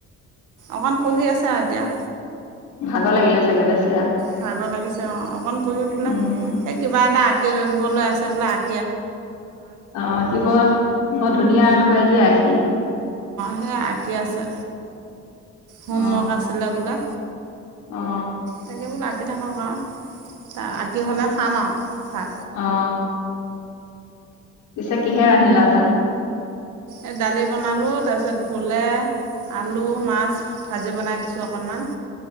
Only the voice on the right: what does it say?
অকন পঢ়ি আছো আৰু এতিয়া।
ভাগৰ লাগিছে অ, অকণ পঢ়ি বোলে
এই কিবা এটা আঁকিবলৈ আছে বোলে আঁ।
সে আঁকি আছে হোমৱৰ্ক
আছিলে বোলে
তাকে বোলো আঁকি থাকক আও ত আঁকি হলে খাম আও ভাত
এই দালি বনালো তাৰপিছত ভোলে আলু মাছ ভাজি বনাই দিছো অকনমান